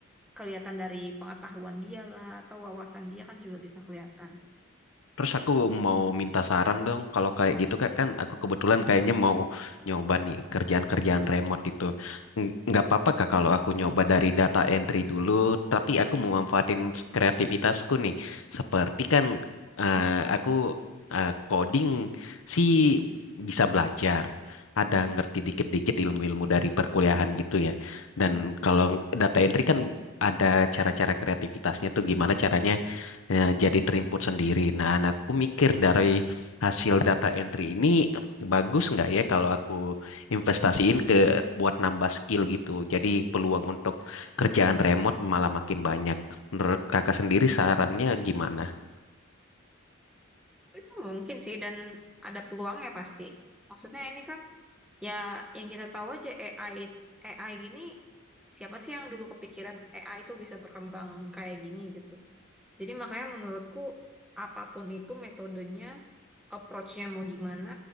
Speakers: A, in the centre; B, on the left (about 80°).
A: kelihatan dari pengetahuan dia lah atau wawasan dia kan juga bisa kelihatan.
B: Terus aku mau minta saran dong, kalau kayak gitu kak kan aku kebetulan kayaknya mau nyoba nih kerjaan-kerjaan remote itu. Ng- Nggak apa-apa kak kalau aku nyoba dari data entry dulu, tapi aku mau manfaatin kreativitasku nih. Seperti kan eh, aku eh, coding sih bisa belajar, ada ngerti dikit-dikit ilmu-ilmu dari perkuliahan gitu ya. Dan kalau data entry kan ada cara-cara kreativitasnya tuh gimana caranya eh, jadi terimput sendiri. Nah, anakku mikir dari hasil data entry ini bagus nggak ya kalau aku investasiin ke buat nambah skill gitu. Jadi peluang untuk kerjaan remote malah makin banyak. Menurut kakak sendiri sarannya gimana?
A: Itu mungkin sih dan ada peluangnya pasti. Maksudnya ini kan ya yang kita tahu aja AI AI gini siapa sih yang dulu kepikiran AI itu bisa berkembang kayak gini gitu. Jadi makanya menurutku apapun itu metodenya, approach-nya mau gimana,